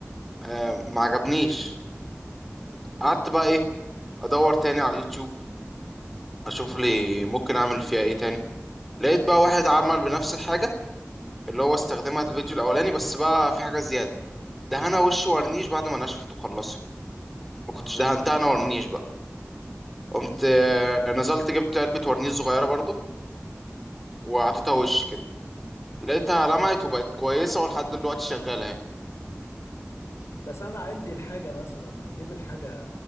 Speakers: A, in the centre; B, on the left.
A: آه ما عجبنيش قعدت بقى ايه ادور تاني على اليوتيوب اشوف لي ممكن اعمل فيها ايه تاني لقيت بقى واحد عمل بنفس الحاجه اللي هو استخدمها في الفيديو الاولاني بس بقى في حاجه زياده دهنها وش ورنيش بعد ما نشفت وخلصها ما كنتش
B: اه
A: دهنتها
B: اه
A: انا ورنيش بقى قمت آه، نزلت جبت علبة ورنيش صغيرة برضو وحطيتها وش كده لقيتها لمعت وبقت كويسة ولحد دلوقتي شغالة اهي
B: بس انا عندي الحاجه مثلا اجيب الحاجه